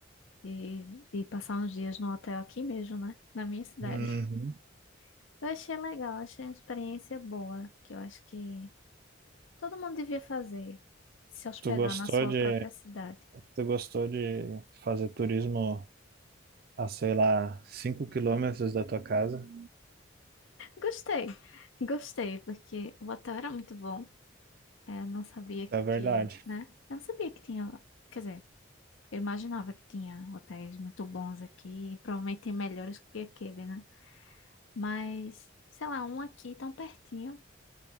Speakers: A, on the left (about 80°); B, on the right (about 50°).
A: de, de passar uns dias no hotel aqui mesmo, né? Na minha cidade.
B: Uhum.
A: <laughs> Eu achei legal, achei uma experiência boa, que eu acho que todo mundo devia fazer, se hospedar
B: Tu gostou
A: na sua própria
B: de,
A: cidade.
B: tu gostou de fazer turismo? a, sei lá, 5 quilômetros da tua casa,
A: Gostei, gostei, porque o hotel era muito bom. É, Eu não sabia
B: isso é verdade.
A: que, né? Eu não sabia que tinha, quer dizer, eu imaginava que tinha hotéis muito bons aqui, provavelmente melhores que aquele, né? Mas, sei lá, um aqui tão pertinho